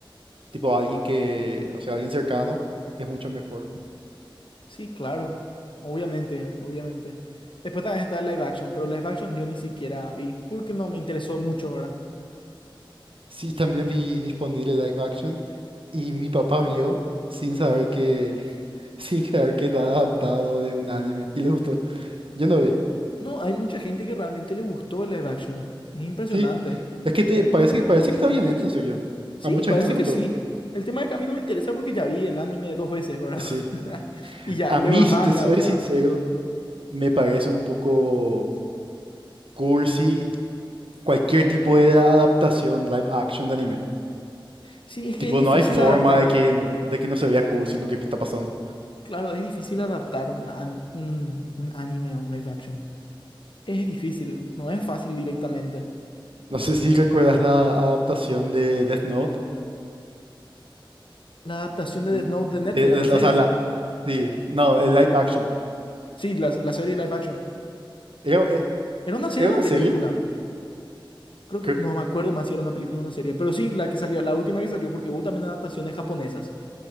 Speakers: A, on the right; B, on the left.
A: tipo alguien que, o sea, alguien cercano es mucho mejor.
B: Sí, claro. Obviamente, obviamente. Después también está el live action, pero live action yo ni siquiera vi porque no me interesó mucho, ¿verdad?
A: Sí, también vi disponible live action. Y mi papá vio sin saber que, <laughs> sin saber que estaba adaptado de un anime y le gustó. Yo no vi.
B: No, hay mucha gente que realmente le gustó el live action. Es impresionante.
A: Sí, es que te parece que parece que está bien hecho, en serio.
B: Sí,
A: A mucha
B: parece
A: gente le
B: que
A: gustó.
B: sí. El tema de que a mí no me interesa porque ya vi el anime dos veces, ¿verdad?
A: Y sí.
B: <laughs> Y ya
A: A
B: leo
A: mí,
B: el manga,
A: si te soy
B: o sea.
A: sincero, me parece un poco cursi cualquier tipo de adaptación live action de anime.
B: Sí, es que
A: Tipo,
B: es difícil
A: no hay forma
B: adaptar.
A: de que, de que no se vea cursi lo que está pasando.
B: Claro, es difícil adaptar un, an- un, un anime a un live action. Es difícil, no es fácil directamente.
A: No sé si recuerdas la adaptación de Death Note.
B: La adaptación de
A: Mm,
B: Death Note de Netflix,
A: eh,
B: la
A: eh,
B: serie.
A: o sea, la, sí, no, el live action.
B: Sí, la, la serie live action.
A: Era, e-
B: Era una serie,
A: era
B: o
A: una
B: una película.
A: serie,
B: Creo
A: creo,
B: que no me acuerdo más si era una película o una serie, pero sí, la que salió, la última que salió, porque hubo también adaptaciones japonesas.